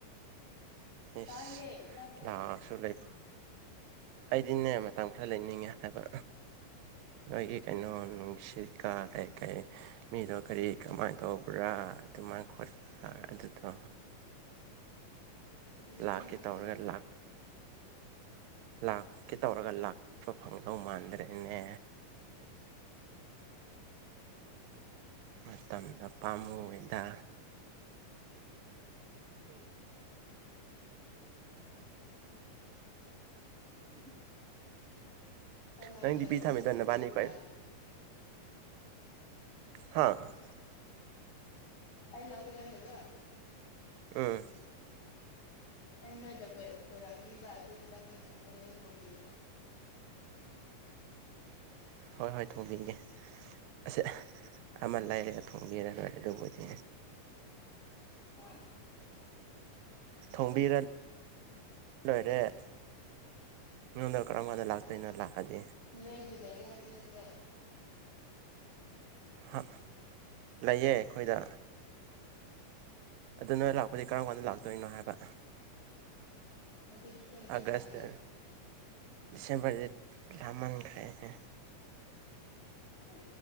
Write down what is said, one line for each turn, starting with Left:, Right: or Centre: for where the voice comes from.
Left: ꯇꯥꯏꯌꯦ
Right: ꯏꯁ
Left: ꯇꯥꯗ꯭ꯔꯣ
Right: <unintelligible> ꯑꯩꯗꯤꯅꯦ ꯃꯇꯝ ꯈꯔ ꯂꯩꯅꯤꯡꯉꯦ ꯍꯥꯏꯕ ꯅꯣꯏꯒꯤ ꯀꯩꯅꯣ ꯅꯨꯡꯁꯤꯠꯀꯥ ꯀꯩ ꯀꯩ ꯃꯤꯗꯣ ꯀꯔꯤ ꯀꯃꯥꯏꯅ ꯇꯧꯕ꯭ꯔꯥ ꯑꯗꯨꯃꯥꯏꯅ ꯈꯣꯠꯄ ꯑꯗꯨꯗꯣ
Left: ꯑꯗꯨꯗꯤ
Right: ꯂꯥꯛꯀꯦ
Left: ꯆꯞ ꯃꯥꯟꯅꯩꯗ
Right: ꯇꯧꯔꯒ
Left: ꯅꯣꯏꯒ
Right: ꯂꯥꯛ ꯂꯥꯛꯀꯦ ꯇꯧꯔꯒ ꯂꯥꯛꯄ ꯐꯪꯗꯧ ꯃꯥꯟꯗ꯭ꯔꯦꯅꯦ ꯃꯇꯝꯗꯣ ꯄꯥꯝꯃꯨꯏꯌꯦꯗ
Left: <unintelligible> ꯑꯩ ꯂꯥꯛꯄꯗ
Right: ꯅꯪ ꯗꯤꯄꯤ
Left: ꯉꯥꯅꯨ
Right: ꯊꯝꯃꯤꯗꯣ
Left: ꯊꯣꯡꯕꯤꯔꯗꯤ
Right: ꯅꯕꯥꯅꯤ ꯀꯣꯏ
Left: ꯌꯥꯏꯌꯦ
Right: ꯍꯥꯥ
Left: ꯑꯩ ꯂꯥꯛꯄ ꯀꯥꯟꯗꯀꯣ
Right: ꯎꯝ
Left: ꯑꯩ ꯅꯣꯏꯗ ꯀꯣꯢꯔꯛ ꯀꯣꯏꯔꯛꯑꯅꯤꯕ ꯑꯗꯨ ꯃꯇꯝꯗ ꯉꯥꯅꯨ ꯊꯣꯡꯕꯤꯌꯣꯕ
Right: ꯍꯣꯏ ꯍꯣꯏ ꯊꯣꯡꯕꯤꯒꯦ ꯑꯁ ꯑꯃ ꯂꯩꯔꯒ ꯊꯣꯡꯕꯤꯔ ꯂꯣꯏꯔꯦ ꯑꯗꯨꯕꯨꯗꯤ
Left: ꯍꯥ
Right: ꯊꯣꯡꯕꯤꯔ ꯂꯣꯏꯔꯦ ꯅꯪꯅ ꯀꯔꯝ ꯀꯥꯟꯗ ꯂꯥꯛꯇꯣꯏꯅꯣ ꯂꯥꯛꯑꯗꯤ
Left: ꯅꯣꯏꯒꯤ ꯂꯩꯌꯦ ꯍꯥꯏꯕ ꯅꯠꯇ꯭ꯔꯣ
Right: ꯍꯥ ꯂꯩꯌꯦ ꯑꯩꯈꯣꯏꯗ ꯑꯗꯣ ꯅꯣꯏ ꯂꯥꯛꯄꯗꯤ ꯀꯔꯝ ꯀꯥꯟꯗ
Left: ꯎꯝ
Right: ꯂꯥꯛꯇꯣꯏꯅꯣ ꯍꯥꯏꯕ
Left: ꯑꯗꯨ ꯗꯤꯁꯦꯝꯕꯔꯗ
Right: ꯑꯒꯁꯇ
Left: ꯍꯥꯏꯔꯒ
Right: ꯗꯤꯁꯦꯝꯕꯔꯗꯤ ꯂꯥꯞꯃꯟꯈ꯭ꯔꯦꯅꯦ
Left: ꯍꯨ